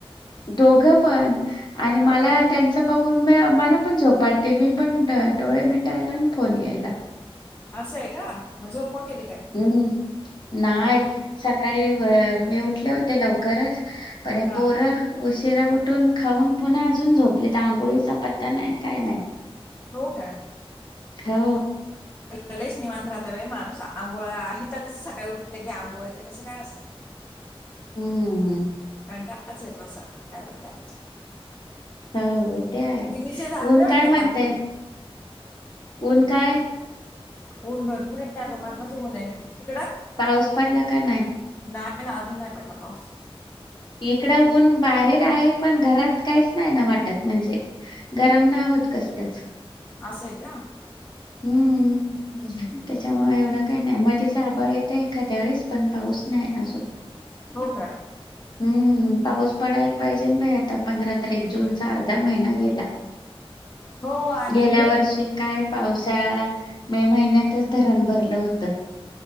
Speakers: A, on the left; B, on the left.
A: दोघ पण आणि
B: हो
A: मला त्यांचा मला पण झोप आलती. मी पण डोळे मिटायला आणि फोन यायला.
B: असं आहे का.. मग झोपमोड केली काय?
A: हम्म. नाही. सकाळी मी उठले होते लवकरच.... पण
B: हा
A: पोर उशी उशिरा उठून खाऊन पुन्हा अजून झोपले. आंघोळीचा पत्ता नाही काय नाही.
B: हो काय.
A: हो
B: ललेश निवांत राहते. माणूस आंघोळ इथ कस सकाळी उठलं की लगेच आंघोळ तसं काय नसतं.
A: हम्म
B: कंटाळाच येतो असं काय पण करायचं.
A: हो ते आहे.
B: दीदीचे झाले
A: ऊन
B: वाटतं
A: काय म्हणतय?
B: कॉल सगळे
A: ऊन काय?
B: ऊन भरपूर आहे. मरणाचं ऊन आहे. तिकड?
A: पाऊस पडला का नाही?
B: नाही ना... अजून नाही पडला पाऊस.
A: इकड ऊन बाहेर आहे. पण घरात काहीच नाही ना वाटत म्हणजे गरम नाही होत. कस च
B: असंय का.
A: हम्म...
B: हम्म, हम्म.
A: त्याच्यामुळे एवढं काही नाही. मध्येच आभाळ येत. एखाद्या वेळेस पण पाऊस नाही अजून.
B: हो काय?
A: हम्म... पाऊस पडायला पाहिजे बाई आता. आता पंधरा तारीख जूनचा अर्धा महिना गेला.
B: हो आणि
A: गेल्या
B: हे
A: वर्षी काय? पावसाळा मे महिन्यातच धरण भरलं होतं.